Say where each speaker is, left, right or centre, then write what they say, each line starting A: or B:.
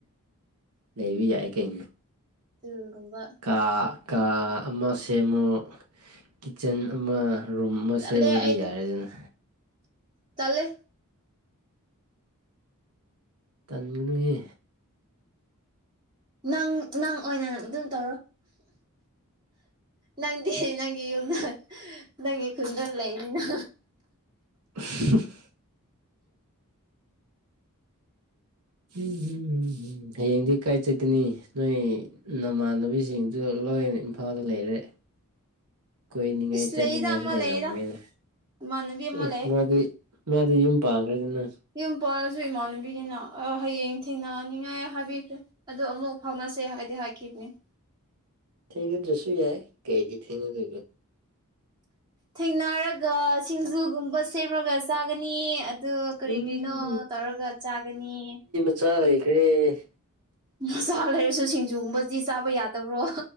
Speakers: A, on the right; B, on the right.
A: ꯂꯩꯕ ꯌꯥꯏ ꯀꯩꯅꯣ
B: ꯑꯗꯨꯒꯨꯝꯕ
A: ꯀꯥ ꯀꯥ ꯑꯃ ꯁꯦꯝꯃꯣ ꯀꯤꯠꯆꯟ ꯑꯃ ꯔꯨꯝ ꯑꯃ
B: ꯇꯜꯂꯦ
A: ꯁꯦꯝꯃꯗꯤ
B: ꯑꯩꯗꯣ
A: ꯌꯥꯔꯦꯗꯅ
B: ꯇꯜꯂꯦ
A: ꯇꯟꯒꯅꯨꯍꯦ
B: ꯅꯪ ꯅꯪ ꯑꯣꯏꯅ ꯑꯗꯨꯝ ꯇꯧꯔꯣ ꯅꯪꯗꯤ ꯅꯪꯒꯤ ꯌꯨꯝꯅ ꯅꯪꯒꯤ ꯈꯨꯟꯗ ꯂꯩꯅꯤꯅ
A: <unintelligible> ꯎꯝ ꯍꯌꯦꯡꯗꯤ ꯀꯥꯏ ꯆꯠꯀꯥꯅꯤ ꯅꯣꯏ ꯅꯃꯥꯟꯅꯕꯤꯁꯤꯡꯗꯨ ꯂꯣꯏꯅ ꯏꯝꯐꯥꯜꯗ ꯂꯩꯔꯦ ꯀꯣꯏꯅꯤꯡꯉꯥꯏ
B: ꯏꯁ
A: ꯆꯠꯅꯤꯡꯉꯥꯏꯁꯨ
B: ꯂꯩꯗ ꯑꯃ
A: ꯂꯩꯔꯝꯃꯣꯏꯅ
B: ꯂꯩꯗ ꯏꯃꯥꯟꯅꯕꯤ ꯑꯃ
A: ꯎꯝ
B: ꯂꯩ
A: ꯃꯥꯗꯤ ꯃꯥꯗꯤ ꯌꯨꯝ ꯄꯥꯡꯈ꯭ꯔꯦꯗꯅ
B: ꯌꯨꯝ ꯄꯜꯂꯁꯨ ꯏꯃꯥꯟꯅꯕꯤꯅꯤꯅ ꯑꯥ ꯍꯌꯦꯡ ꯊꯦꯡꯅꯅꯤꯡꯉꯥꯏ ꯍꯥꯏꯕꯤꯈ꯭ꯔꯦ ꯑꯗꯨ ꯑꯃꯨꯛ ꯐꯥꯎꯅꯁꯦ ꯍꯥꯏꯗꯤ ꯍꯥꯏꯈꯤꯕꯅꯤ
A: ꯊꯦꯡꯅꯗ꯭ꯔꯥꯁꯨ ꯌꯥꯏ ꯀꯩꯒꯤ ꯊꯦꯡꯅꯗꯣꯏꯕ
B: ꯊꯦꯡꯅꯔꯒ ꯁꯤꯡꯖꯨꯒꯨꯝꯕ ꯁꯦꯝꯔꯒ ꯆꯥꯒꯅꯤ ꯑꯗꯨ ꯀꯔꯤ
A: ꯎꯝ
B: ꯀꯔꯤꯅꯣ ꯇꯧꯔꯒ ꯆꯥꯒꯅꯤ
A: ꯆꯥ ꯂꯩꯈ꯭ꯔꯦ
B: ꯃꯆꯥ ꯂꯩꯔꯁꯨ ꯁꯤꯡꯖꯨꯒꯨꯝꯕꯗꯤ ꯆꯥꯕ ꯌꯥꯗꯕ꯭ꯔꯣ